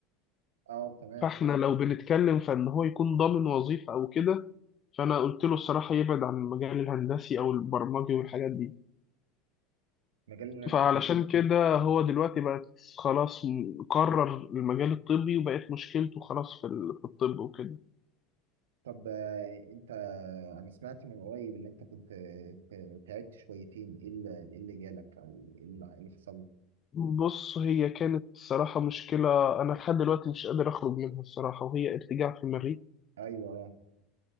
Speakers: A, on the right (about 75°); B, on the left (about 35°).
A: اه تمام
B: فإحنا لو بنتكلم فإن هو يكون ضامن وظيفة أو كده فأنا قلت له الصراحة يبعد عن المجال الهندسي أو البرمجي والحاجات دي
A: مجال الهندسه
B: فعلشان كده هو دلوقتي بقت خلاص م- قرر المجال الطبي وبقت مشكلته خلاص في ال- في الطب وكده
A: طب آه، انت انا سمعت من قريب اللي انت كنت آه، ت- تعبت شويتين ايه اللي إيه اللي جالك او ايه اللي إيه اللي حصل
B: بص هي كانت صراحة مشكلة أنا لحد دلوقتي مش قادر أخرج منها الصراحة وهي ارتجاع في المريء
A: ايوه